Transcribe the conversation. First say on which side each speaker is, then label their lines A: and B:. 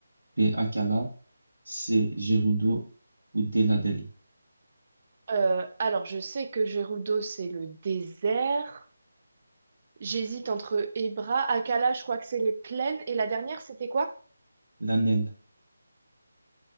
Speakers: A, on the right (about 70°); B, on the right (about 40°).
A: B. Akala, C. Gerudo ou D. Lanel.
B: Euh, alors, je sais que Gerudo, c'est le désert. J'hésite entre Ebra, Akala, je crois que c'est les plaines. Et la dernière, c'était quoi?
A: Lanel.